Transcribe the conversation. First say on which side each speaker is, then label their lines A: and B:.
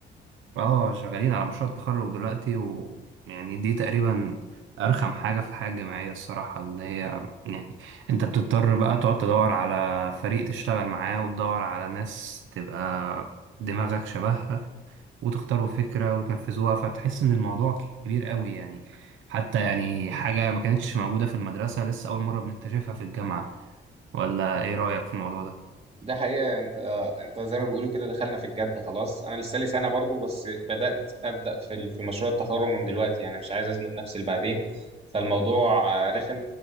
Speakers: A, on the right (about 80°); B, on the right (about 30°).
A: اه شغالين على مشروع التخرج دلوقتي ويعني دي تقريبا أرخم حاجة في الحياة الجامعية الصراحة اللي هي يعني أنت بتضطر بقى تقعد تدور على فريق تشتغل معاه وتدور على ناس تبقى دماغك شبهها وتختاروا فكرة وتنفذوها فتحس إن الموضوع كبير قوي يعني حتى يعني حاجة ما كانتش موجودة في المدرسة لسه أول مرة بنكتشفها في الجامعة ولا إيه رأيك في الموضوع ده؟
B: ده حقيقة انت آه، انت زي ما بيقولوا كده دخلنا في الجد خلاص انا لسه لي سنة برضو بس بدأت ابدأ في ال- في مشروع التخرج من دلوقتي يعني مش عايز ازنق نفسي لبعدين فالموضوع آه، رخم